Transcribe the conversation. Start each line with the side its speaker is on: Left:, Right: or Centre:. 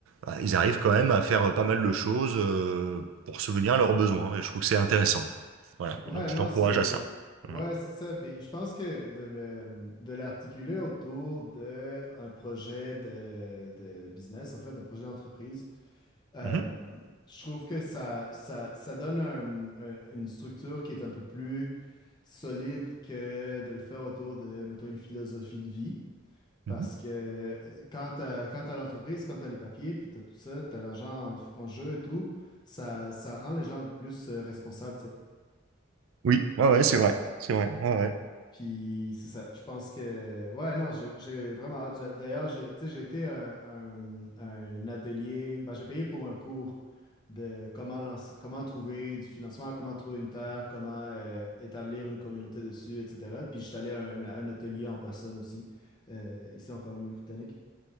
Right: à- ils arrivent quand même à faire pas mal de choses euh, pour se venir à leurs besoins, et je trouve que c'est intéressant. Voilà.
Left: Ouais,
Right: Donc,
Left: non,
Right: je t'encourage
Left: c'est.
Right: à ça. Voilà.
Left: Ouais, c'est ça. Puis je pense que de le, de l'articuler autour d'un projet de, de business, en fait, un projet d'entreprise, euh,
Right: Mhm.
Left: je trouve que ça, ça, ça donne un- un- une structure qui est un peu plus solide que de le faire autour de, mettons, une philosophie de vie. Parce
Right: Mhm.
Left: que euh, quand t'as, quand t'as l'entreprise, quand tu as les papiers, puis tu as tout ça, tu as l'argent en, en jeu et tout, ça, ça rend les gens un peu plus euh, responsables, tu sais.
Right: Oui, ouais,
Left: Euh,
Right: ouais, c'est vrai. C'est vrai. Ouais, ouais.
Left: puis c'est ça, je pense que... Ouais, non, je- j'ai vraiment hâte. J'a- D'ailleurs, j'ai, tu sais, j'ai été à un, un atelier, ben, j'ai payé pour un cours de comment, lancer- comment trouver du financement, comment trouver une terre, comment euh, établir une communauté dessus, etc. Puis je suis allé à un, à un atelier en personne aussi, euh, ici en Colombie-Britannique.